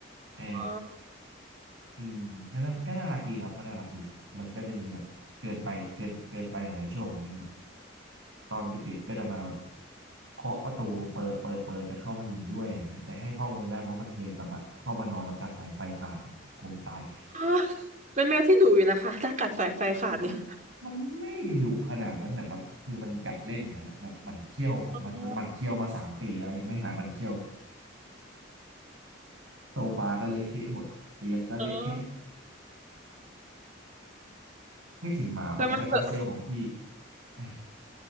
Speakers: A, on the right (about 75°); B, on the right (about 40°).
A: เออ
B: อ๋อ
A: อืมก็น่าก็น่ารักดีครับก็น่ารักดีมันก็จะมีแบบเกินไปเกินเกินไปหลายๆช่วงเหมือนกันแบบตอนเด็กๆก็จะมาแบบเคาะประตูเปิดเปิดเปิดจะเข้ามาอยู่ด้วยอะไรเงี้ยแต่ให้เข้ามาไม่ได้เพราะมันเคยกลับมาเข้ามานอนแล้วกัดสายไฟขาดกลัวมันตาย
B: อ้าวเป็นแมวที่ดุอยู่นะคะถ้ากัดสายไฟขาดเนี่ย
A: มันไม่ดุขนาดนั้นนะครับคือมันกัดเล่นนะฮะแบบหมันเคี้ยวของมันมันหมันเคี้ยวมาสามปีแล้วยังไม่หาหมันเคี้ยว
B: อ๋อ
A: โซฟาก็เละเทะหมดเตียงก็เละเทะ
B: เออ
A: นึกถึงหมาพันธุ์แจ็ครัสเซลของพี่
B: แล้วมันเผลอ
A: แหม